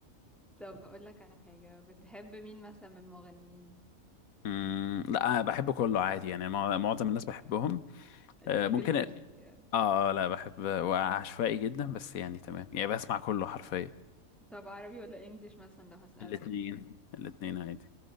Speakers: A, in the centre; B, on the left.
A: طب هقول لك على حاجه بتحب مين مثلا من المغنيين
B: مم. لا أنا بحب كله عادي يعني مع- معظم الناس بحبهم
A: ليك
B: آه ممكن
A: في الميوزك
B: اه
A: يعني
B: آه، لا بحب وعشوائي جدا بس يعني تمام يعني بسمع كله حرفيا
A: طب عربي ولا انجليش مثلا لو هسألك
B: الاثنين الاثنين عادي